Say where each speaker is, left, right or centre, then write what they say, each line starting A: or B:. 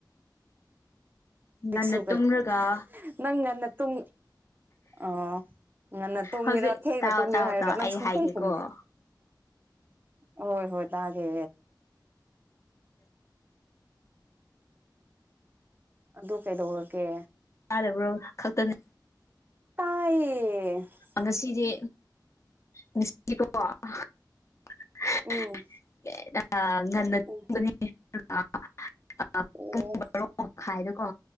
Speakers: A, on the left; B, on the right.
A: ꯉꯟꯅ
B: ꯂꯤꯛꯁꯨꯒꯟ
A: ꯇꯨꯝꯔꯒ
B: ꯅꯪ ꯉꯟꯅ ꯇꯨꯝ ꯑꯣ ꯉꯟꯅ ꯇꯣꯒꯦꯔ
A: ꯍꯧꯖꯤꯛ
B: ꯊꯦꯡꯅ
A: ꯇꯥꯎ
B: ꯇꯣꯝꯒꯦꯔꯥ
A: ꯇꯥꯎ
B: ꯍꯥꯏꯔꯒ
A: ꯇꯥꯎ
B: ꯅꯪ
A: ꯑꯩ
B: ꯁꯨꯡꯈꯨꯝ
A: ꯍꯥꯏꯒꯦꯀꯣ
B: ꯈꯨꯝꯗꯦ ꯍꯣꯏ ꯍꯣꯏ ꯇꯥꯒꯦ ꯑꯗꯨ ꯀꯩꯗꯧꯔꯒꯦ
A: ꯇꯥꯔꯕ꯭ꯔꯣ ꯈꯛꯇꯅꯦ
B: ꯇꯥꯏꯌꯦ ꯑꯦ
A: ꯉꯁꯤꯗꯤ ꯉꯁꯤ <unintelligible>
B: ꯎꯝ
A: ꯑꯦ <unintelligible>
B: ꯎꯝ
A: <unintelligible>
B: ꯑꯣ
A: ꯄꯨꯡ ꯕꯥꯔꯣ ꯃꯈꯥꯢꯗꯥꯀꯣ